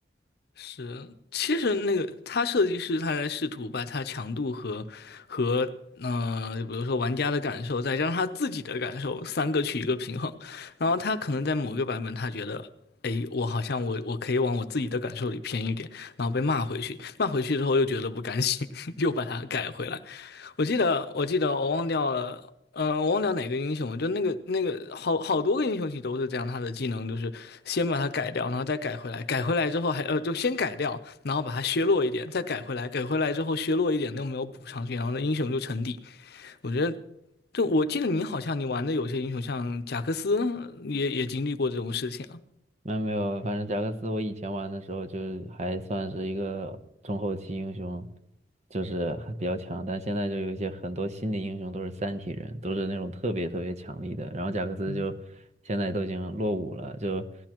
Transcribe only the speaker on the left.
是，其实那个他设计师他在试图把它强度和和嗯，比如说玩家的感受，再加上他自己的感受，三个取一个平衡。然后他可能在某个版本，他觉得，哎，我好像我我可以往我自己的感受里偏一点，然后被骂回去，骂回去之后又觉得不甘心，<laughs> 又把它改回来。我记得，我记得，我忘掉了，呃，我忘掉哪个英雄了，就那个那个好好多个英雄其实都是这样，他的技能就是先把它改掉，然后再改回来，改回来之后还呃就先改掉，然后把它削弱一点，再改回来，改回来之后削弱一点，又没有补上去，然后那英雄就沉底。我觉得，就我记得你好像你玩的有些英雄像贾克斯也也经历过这种事情啊，
嗯。